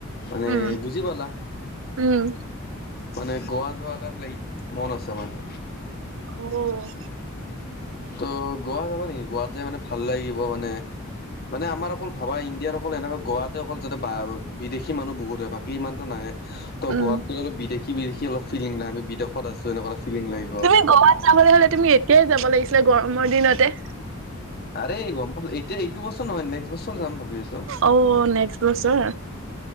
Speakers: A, on the left; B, on the right.
A: মানে
B: উম,
A: বুজি পালা?
B: উম।
A: মানে গৱা যোৱা এটা প্লেন মন আছে মানে।
B: অঁ।
A: ত' গোৱাত যাবা নেকি? গোৱাত যাই মানে ভাল লাগিব মানে। মানে আমাৰ অকল ভাবা ইণ্ডিয়াৰ অকল এনেকা গোৱাতে অকল যাতে বা বিদেশী মানুহ বহুত হয় বাকী ইমানটো নাহে। ত'
B: উম,
A: গোৱাত গৈ অলপ বিদেশী বিদেশী অলপ ফিলিং লাগে আমি বিদেশত আছোঁ এনেকুৱা এটা ফিলিং লাগিব।
B: তুমি গোৱাত যাবলৈ হ'লে তুমি এতিয়াই যাব লাগিছিলে গৰমৰ দিনতে।
A: আৰে গম পালোঁ। এতিয়া এইটো বছৰ নহয় নেক্সট বছৰ যাম ভাবি আছোঁ।
B: অ' নেক্সট বছৰ